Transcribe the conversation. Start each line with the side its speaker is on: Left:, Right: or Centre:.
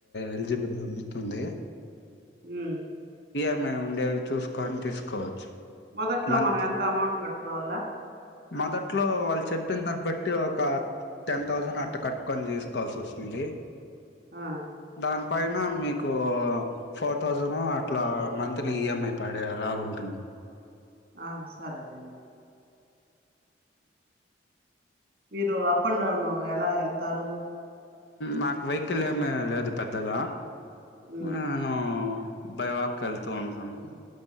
Left: ఎలిజిబుల్టీ ఉన్నట్టు ఉంది
Right: ఉమ్
Left: మేము ఉండేవి చూసుకొని తీసుకోవచ్చు
Right: మొదట్లో
Left: మంత్
Right: మనం ఎంత అమౌంట్ కట్టుకోవాలా
Left: మొదట్లో వాళ్ళు చెప్పిన దాన్ని బట్టి ఒక టెన్ థౌసండ్ అట్ట కట్టుకొని తీసుకోవాల్సి వస్తుంది
Right: ఆ
Left: దాని పైన మీకు ఫోర్ థౌజండ్ అట్లా మంత్లీ ఈఎంఐ పడే అలాగు ఉంటుంది
Right: ఆ సరేలేండి మీరు అప్ అండ్ డౌన్ ఎలా వెళ్తారు
Left: నాకు వెహికల్ ఏమీ లేదు పెద్దగా
Right: ఉమ్,
Left: నేను భైవాక్ వెళ్తూ ఉంటాను